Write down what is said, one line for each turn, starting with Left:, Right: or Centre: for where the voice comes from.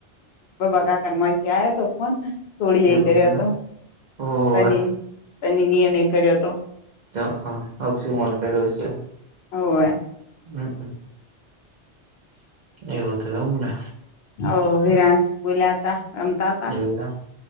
Left: ગોબા કાકામાં માયથી આયો હતો ફોન સોડી એય
Right: એવું
Left: કર્યો
Right: છે
Left: હતો.
Right: ઓવે
Left: તને એની મેં એને કર્યો હતો.
Right: એ હા આકશુ માથે કર્યો હશે.
Left: હોવે.
Right: હમ્મ એવું હતું એમ ને?
Left: ઓ વિરાંસ બુલાયા તા. રમતા તા
Right: અરે વાહ!